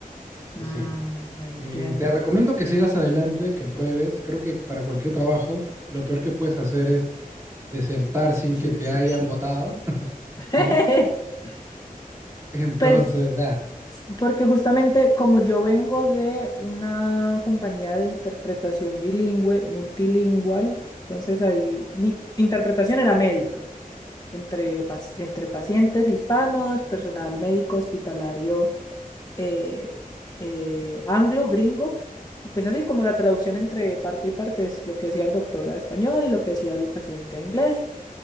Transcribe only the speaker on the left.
Mm,
entiendo.
Sí,
sí,
sí.
<laughs>
Pues,
porque justamente como yo vengo de una compañía de interpretación bilingüe, multilingual, entonces ahí mi interpretación era médica, entre, pac- entre pacientes hispanos, personal médico hospitalario. eh, eh, anglo, gringo, y pues así como la traducción entre parte y parte es lo que decía el doctor a español y lo que decía el paciente a inglés,